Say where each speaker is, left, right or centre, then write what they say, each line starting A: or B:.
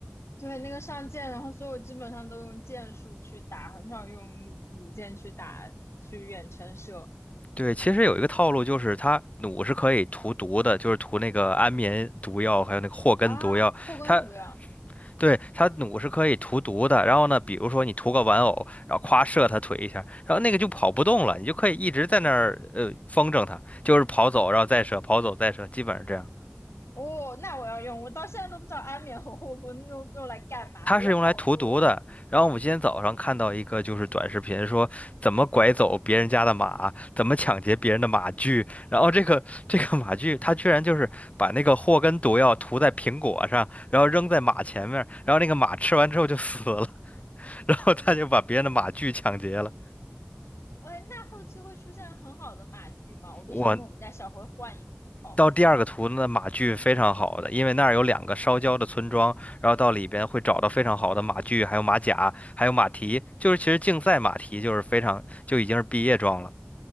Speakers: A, on the left; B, on the left.
A: 对，那个上剑，然后所以我基本上都用剑术去打，很少用弩弩箭去打，去远程射。
B: 对，其实有一个套路就是它弩是可以涂毒的，
A: 对
B: 就是涂那个安眠毒药，还有那个祸根毒药。
A: 啊，后宫毒药，
B: 它对，它弩是可以涂毒的，然后呢，比如说你涂个玩偶，然后夸射它腿一下，然后那个就跑不动了，你就可以一直在那儿呃风筝它，就是跑走，然后再射，跑走再射，基本上这样。
A: 哦，那我要用，我到现在都不知道安眠和后宫用用来干嘛，
B: 它是用来涂毒的。
A: 我有好多。
B: 然后我今天早上看到一个就是短视频，说怎么拐走别人家的马，怎么抢劫别人的马具，然后这个这个马具，它居然就是把那个祸根毒药涂在苹果上，然后扔在马前面，然后那个马吃完之后就死了，然后他就把别人的马具抢劫了。
A: 哎，那后期会出现很好的马具吗？我都想跟我们家小辉换一套。
B: 我到第二个图，那马具非常好的，因为那儿有两个烧焦的村庄，然后到里边会找到非常好的马具，还有马甲，还有马蹄，就是其实竞赛马蹄就是非常就已经是毕业装了。